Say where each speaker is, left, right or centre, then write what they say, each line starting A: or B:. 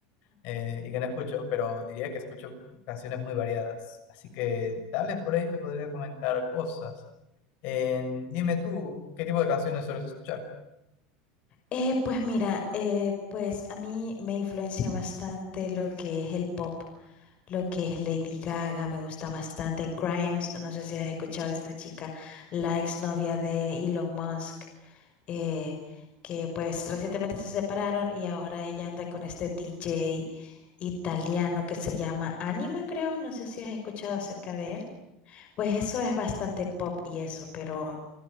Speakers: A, on the left; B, on the left.
A: eh, y que no escucho, pero diría que escucho canciones muy variadas. Así que tal vez por ahí te podría comentar cosas. En- dime tú, ¿qué tipo de canciones sueles escuchar?
B: Eh, pues mira, eh, pues a mí me influencia bastante lo que es el pop, lo que es Lady Gaga, me gusta bastante. Grimes, no sé si has escuchado de esta chica, la exnovia de Elon Musk, eh, que pues recientemente se separaron y ahora ella anda con este DJ italiano que se llama Anima, creo, no sé si has escuchado acerca de él. Pues eso es bastante pop y eso, pero